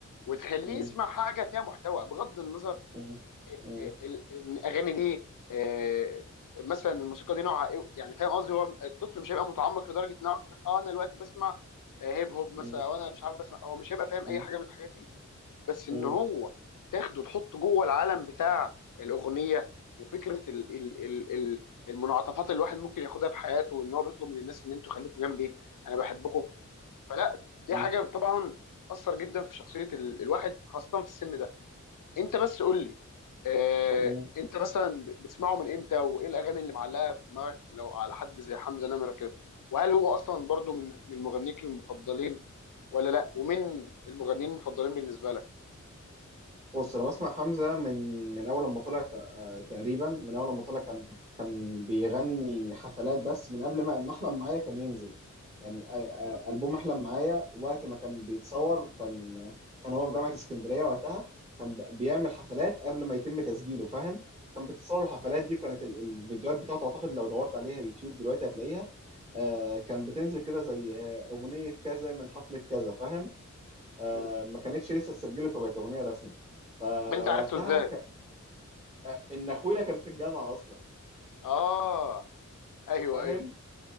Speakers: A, on the left; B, on the right.
A: وتخليه
B: مم.
A: يسمع حاجه فيها محتوى بغض النظر
B: مم. مم.
A: ال- ال- الاغاني دي آه، مثلا الموسيقى دي نوعها ايه يعني فاهم قصدي هو الطفل مش هيبقى متعمق لدرجه انه يعرف إن اه انا دلوقتي بسمع آه، هيب هوب مثلا
B: مم.
A: او انا مش عارف بسمع هو مش هيبقى فاهم
B: مم.
A: اي حاجه من الحاجات دي بس ان
B: مم.
A: هو تاخده تحطه جوه العالم بتاع الاغنيه وفكره ال ال ال ال المنعطفات اللي الواحد ممكن ياخدها في حياته وان هو بيطلب من الناس ان انتوا خليكم جنبي انا بحبكم فلا دي
B: مم.
A: حاجه طبعا اثر جدا في شخصيه ال- الواحد خاصه في السن ده انت بس قول لي آه،
B: مم.
A: انت مثلا بتسمعه من امتى وايه الاغاني اللي معلقه في دماغك لو على حد زي حمزة نمرة كده وهل هو اصلا برضو من من مغنيك المفضلين ولا لا ومين المغنيين المفضلين بالنسبه لك
B: بص انا بسمع حمزة من من اول لما طلع تق- آه، تقريبا من اول لما طلع كان كان بيغني حفلات بس من قبل ما ما احلم معايا كان ينزل يعني آه،
A: مم.
B: آه، البوم احلم معايا وقت ما كان بيتصور كان كان هو في جامعة اسكندرية وقتها كان ب- بيعمل حفلات قبل ما يتم تسجيله فاهم كان بيتصور الحفلات دي وكانت ال- الفيديوهات بتاعته اعتقد لو دورت عليها يوتيوب دلوقتي هتلاقيها آه، كان بتنزل كده زي آه، اغنية كذا من حفلة كذا فاهم آه،
A: مم.
B: ما كانتش لسه اتسجلت وبقت اغنيه رسمي فوقتها
A: طب انت عرفته ازاي
B: ك... آه، ان اخويا كان في الجامعه اصلا
A: اه ايوه
B: فاهم
A: ايوه